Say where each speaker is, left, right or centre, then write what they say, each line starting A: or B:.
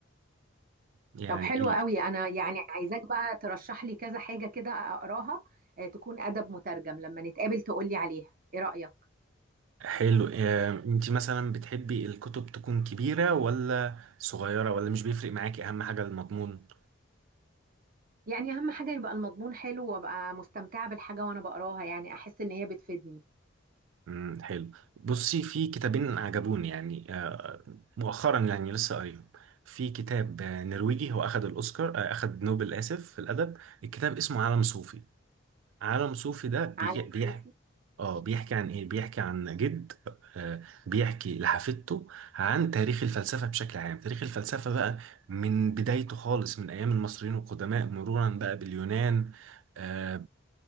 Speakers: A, on the right (about 70°); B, on the right (about 45°).
A: يعني
B: طب حلو
A: ال-
B: قوي انا يعني عايزاك بقى ترشح لي كذا حاجة كده اقراها آه تكون ادب مترجم لما نتقابل تقول لي عليها ايه رأيك
A: حلو آه، انت مثلا بتحبي الكتب تكون كبيره ولا صغيره ولا مش بيفرق معاكي اهم حاجه المضمون
B: يعني اهم حاجة يبقى المضمون حلو وابقى مستمتعة بالحاجة وانا بقراها يعني احس ان هي بتفيدني
A: مم، حلو بصي في كتابين عجبوني يعني مؤخرا يعني لسه قريب في كتاب آه، نرويجي هو أخد الأوسكار آه، أخد نوبل آسف في الأدب الكتاب اسمه عالم صوفي عالم صوفي ده بيجي-
B: عالم
A: بيحكي
B: صوفي
A: اه بيحكي عن ايه بيحكي عن جد آه، بيحكي لحفيدته عن تاريخ الفلسفة بشكل عام تاريخ الفلسفة بقى من بدايته خالص من أيام المصريين القدماء مرورا بقى باليونان آه،